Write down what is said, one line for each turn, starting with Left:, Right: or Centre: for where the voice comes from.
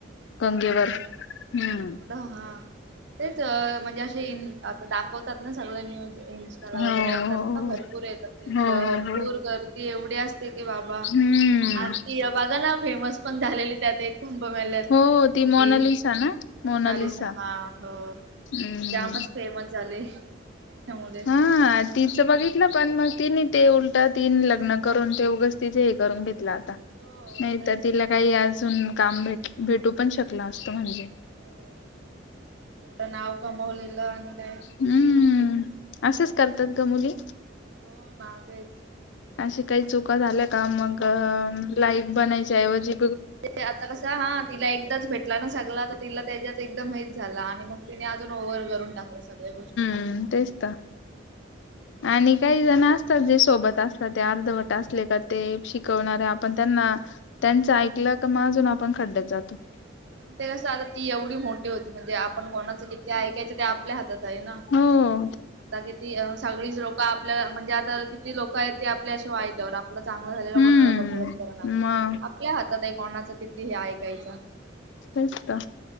Left: कंगेवरर
Right: बापरे
Left: हम्म
Right: हा तेच म्हणजे असे इन आता दाखवतात ना सगळ न्यूज इन वगैरे
Left: हो
Right: येतात
Left: हो
Right: ना भरपूर येतात ते
Left: हो
Right: भरपूर
Left: हो हो
Right: गर्दी एवढी अस बाबा
Left: हम्म
Right: आणि ती बघा ना फेमस पण झालेली त्यात एक कुंभमेल्या
Left: हो
Right: तीप मुलगी
Left: ती मोनालिसा ना
Right: मोनाली
Left: मोनालिसा
Right: सहा हो
Left: हम्म
Right: जामच फेमस झाले त्याच्यामुळे
Left: हा तिचं बघितलं पण मग तिने ते उलट तीन लग्न करून ते उगच तिच हे करून घेतलं आता
Right: हो
Left: नाही
Right: तेच
Left: तर तिला
Right: ना
Left: काही अजून काम भट भेटू पण शकला असतो म्हणजे
Right: हो एवढं नाव कमावलेलं आणि काय
Left: हम्म असंच करतात ग मुली
Right: हो ना तेच
Left: अशी काही चुका झाल्या का मग लाईट बनायच्याऐवजी
Right: ते आता कस हा तिला एकदाच भेटला ना सगला तिला त्याच्याच एकदम हेच झाला आणि मग तिने अजून ओव्हर करून टाकला सगळ्या गोष्टी
Left: हम्म तेच का आणि काही जण असतात जे सोबत असत ते अर्धवट असले का ते शिक शिकवणारे आपण त्यांना त्यांच ऐकलं क मा अजून आपण खड्ड्यात जातो
Right: पण ते कसं आता ती एवढी मोठे होती म्हणजे आपण कोणाचं किती ऐकायचं ते आपल्या हातात आहे ना
Left: हम्
Right: आता किती सगळीच लोक आपल्या म्हणजे आता किती लोक आहेत ते आपल्याशी वाय आपलं चांगलं झालेलं
Left: हम्म
Right: कोणाला बघव तर नाही
Left: मग
Right: आपल्या हातात आहे कोणाचं किती हे ऐकायचं
Left: तेस का